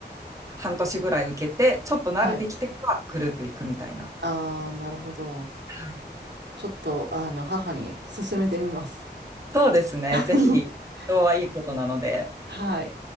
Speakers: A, on the right; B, on the right.
A: 半年ぐらい受けて、ちょっと慣れてきてからグループ行くみたいな。
B: はい。ああ、なるほど。
A: はい
B: ちょっと、あの、母に勧めてみます。
A: そうですね。
B: <laughs>
A: ぜひ、人はいいことなので。
B: はい。